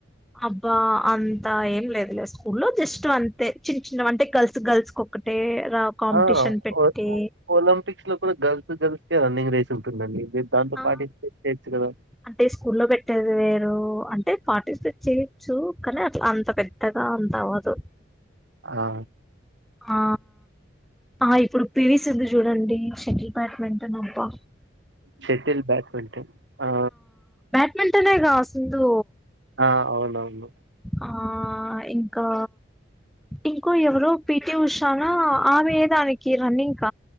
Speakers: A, in the centre; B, on the right (about 70°).
A: అబ్బా అంతా ఏం లేదు లే స్కూలో జస్ట్ అంతే చిన్న చిన్న అంటే గర్ల్స్ గర్ల్స్కి ఒక్కటే రా కాంపిటీషన్
B: ఆ
A: పెట్టి
B: ఓ ఓలంపిక్స్ లో కూడా గర్ల్స్ గల్స్ రన్నింగ్ రేస్ ఉంటుందండి మీరు దాంట్లో
A: ఆ
B: పార్టిసిపేట్ చేయొచ్చు కదా!
A: అంటే స్కూల్లో పెట్టేది వేరు అంటే అంటే పార్టిసిపేట్ చేయొచ్చు కానీ అట్లా అంత పెద్దగా అంత అవ్వదు
B: ఆ
A: ఆ పా ఇప్పుడు పీవి సిందు చూడండి షటిల్ బ్యాట్మింటన్ అబ్బా
B: షటిల్ బ్యాడ్మింటన్ ఆ
A: వెంటనే గా సిందు
B: ఆ అవునవును
A: ఆ ఇంకా ఇంకో ఎవరో పిటి ఉషానా ఆమె దానికి రన్నింక